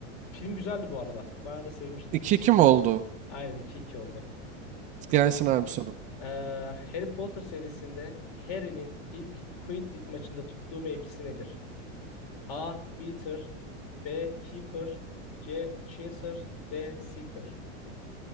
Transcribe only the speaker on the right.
2 kim oldu?
Gelsin abi sorun.